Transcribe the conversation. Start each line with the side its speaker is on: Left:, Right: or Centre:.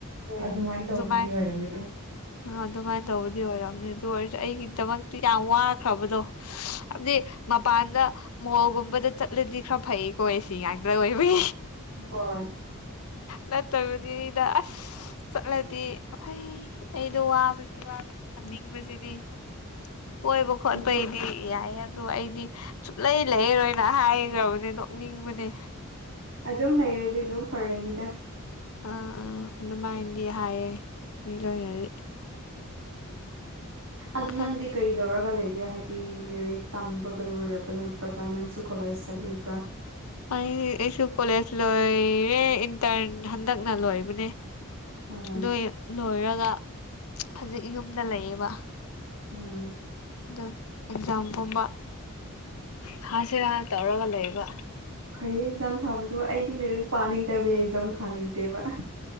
Right: ꯑꯗꯨꯃꯥꯏꯅ ꯇꯧꯕꯒꯤ
Left: ꯑꯗꯨꯃꯥꯏ
Right: ꯑꯣꯏꯔꯝꯒꯅꯤ
Left: ꯍ ꯑꯗꯨꯃꯥꯏ ꯇꯧꯕꯗꯤ ꯑꯣꯏꯔꯝꯅꯤ ꯑꯗꯨ ꯑꯣꯏꯔꯁꯨ ꯑꯩꯒꯤꯗꯃꯛꯇꯤ ꯌꯥꯝ ꯋꯥꯈ꯭ꯔꯕꯗꯣ ꯍꯥꯏꯕꯗꯤ ꯃꯄꯥꯟꯗ ꯃꯣꯜꯒꯨꯝꯕꯗ ꯆꯠꯂꯗꯤ ꯈꯔ ꯐꯩꯀꯣ ꯑ‌ꯦꯁꯤ ꯉꯥꯛꯇ ꯑꯣꯏꯕꯒꯤ
Right: ꯍꯣꯏ
Left: ꯅꯠꯇꯕꯅꯤꯗ ꯑꯁ ꯆꯠꯂꯗꯤ ꯐꯩ ꯑꯩꯗꯣ ꯋꯥꯕꯁꯤ ꯋꯥꯕꯁꯤ ꯍꯥꯅꯤꯡꯕꯁꯤꯗꯤ ꯀꯣꯏꯕ ꯈꯣꯠꯄꯩꯗꯤ
Right: ꯑꯩꯈꯣꯏ
Left: ꯌꯥꯏꯌꯦ ꯑꯗꯣ ꯑꯩꯗꯤ ꯁꯨꯡꯂꯩ ꯂꯩꯔꯣꯏꯅ ꯍꯥꯏꯒ‍꯭ꯔꯕꯅꯦ ꯅꯣꯛꯅꯤꯡꯕꯅꯦ
Right: ꯑꯗꯨꯝ ꯂꯩꯔꯗꯤ ꯑꯗꯨꯝ ꯐꯔꯅꯤꯗ
Left: ꯑꯥ ꯑꯥ ꯑꯗꯨꯃꯥꯏꯅꯗꯤ ꯍꯥꯏꯌꯦ ꯃꯤ ꯂꯣꯏꯅꯗꯤ
Right: ꯑꯗꯨ
Left: ꯈꯪ
Right: ꯅꯪꯗꯤ ꯀꯩꯗꯧꯔꯒ ꯂꯩꯒꯦ ꯍꯥꯏ ꯂꯔꯤꯛ ꯇꯝꯕꯒ ꯂꯣꯏꯔꯕ ꯅꯠꯇ꯭ꯔꯒ ꯅꯪꯁꯨ ꯀꯣꯂꯦꯖ ꯆꯠꯂꯤꯕ꯭ꯔꯥ
Left: ꯑꯩ ꯑꯩꯁꯨ ꯀꯣꯂꯦꯖ ꯂꯣꯏꯔꯦ ꯏꯟꯇꯔꯟ ꯍꯟꯗꯛꯅ ꯂꯣꯏꯕꯅꯦ
Right: ꯑꯣ
Left: ꯗꯨꯏ ꯂꯣꯏꯔꯒ ꯍꯧꯖꯤꯛ ꯌꯨꯝꯗ ꯂꯩꯌꯦꯕ
Right: ꯎꯝ
Left: ꯑꯗꯨꯝ ꯑꯦꯛꯖꯥꯝꯒꯨꯝꯕ ꯊꯥꯁꯤꯔꯥ ꯇꯧꯔꯒ ꯂꯩꯕ
Right: ꯐꯩꯌꯦ ꯑꯦꯛꯖꯥꯝ ꯊꯥꯕꯗꯣ ꯑꯩꯗꯤ ꯂꯣꯏꯔꯤꯛ ꯄꯥꯅꯤꯡꯗꯕ ꯑꯦꯛꯖꯥꯝ ꯊꯥꯅꯤꯡꯗꯦꯕ